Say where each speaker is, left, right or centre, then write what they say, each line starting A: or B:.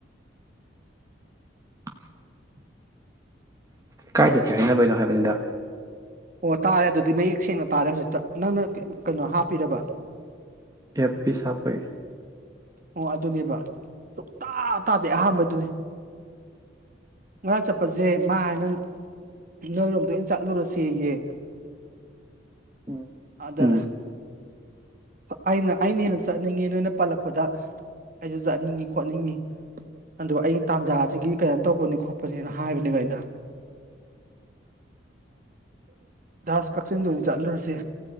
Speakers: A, on the right; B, on the right.
A: <inaudible> ꯀꯥꯏ ꯗꯒꯦ ꯍꯥꯏꯅꯕꯩꯅꯣ ꯍꯥꯏꯕꯅꯤꯗ
B: ꯑꯣ ꯇꯥꯔꯦ ꯑꯗꯨꯗꯤ ꯃꯌꯦꯛ ꯁꯦꯡꯅ ꯇꯥꯔꯦ ꯍꯧꯖꯤꯛꯇ ꯅꯪꯅ ꯀꯩꯅꯣ ꯍꯥꯞꯄꯤꯔꯕ
A: ꯋꯔꯦꯄꯥꯛ ꯍꯄꯩ
B: ꯑꯣ ꯑꯗꯨꯅꯦꯕ ꯂꯨꯇꯥ ꯇꯥꯗꯦ ꯑꯍꯥꯟꯕꯗꯨꯅꯤ ꯉꯔꯥꯡ ꯆꯠꯄꯁꯦ ꯃꯥ ꯍꯥꯏꯅ ꯅꯣꯏꯔꯣꯝꯗ ꯑꯩꯅ ꯆꯠꯂꯨꯔꯁꯦꯌꯦ
A: ꯎꯝ
B: ꯑꯗ
A: ꯎꯝ
B: ꯑꯥ ꯑꯩꯅꯥ ꯍꯦꯅꯥ ꯆꯠꯅꯤꯒꯒꯤ ꯅꯣꯏꯅꯥ ꯄꯂꯛꯄꯗ ꯑꯩꯁꯨ ꯆꯠꯅꯤꯟꯅꯒꯤ ꯈꯣꯅꯤꯟꯅꯒꯤ ꯑꯗꯣ ꯑꯩ ꯇꯟꯖꯁꯤꯒꯤ ꯀꯩꯅꯣ ꯇꯧꯕꯅꯤ ꯀꯣꯠꯄꯅꯤ ꯍꯥꯏꯕꯅꯦꯕ ꯑꯩꯅꯥ ꯔꯖ ꯀꯛꯆꯤꯟꯗ ꯑꯣꯏꯅꯥ ꯆꯠꯂꯨꯔ꯭ꯁꯤ